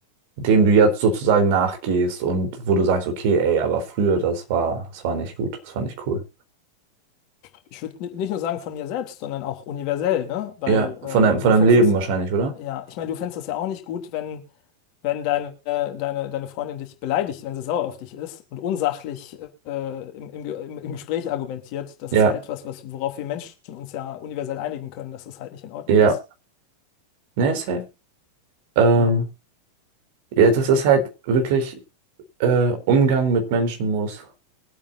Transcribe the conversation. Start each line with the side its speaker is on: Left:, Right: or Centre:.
Right: dem du jetzt sozusagen nachgehst und wo du sagst, okay, ey, aber früher, das war, das war nicht gut, das war nicht cool.
Left: Ich würde nicht nur sagen von mir selbst, sondern auch universell, ne? Weil
Right: Ja, von deinem,
Left: äh, du
Right: von deinem
Left: fändest
Right: Leben wahrscheinlich,
Left: das,
Right: oder?
Left: ja, ich meine, du fändest das ja auch nicht gut, wenn, wenn deine, äh, deine, deine Freundin dich beleidigt, wenn sie sauer auf dich ist und unsachlich äh, im, im, Ge- im, im Gespräch argumentiert. Das
Right: Ja,
Left: ist ja etwas, was, worauf wir Menschen uns ja universell einigen können, dass es halt nicht in Ordnung
Right: ja.
Left: ist.
Right: Nee, safe. Ähm,
Left: Ja.
Right: ja, das ist halt wirklich, äh, Umgang mit Menschen muss,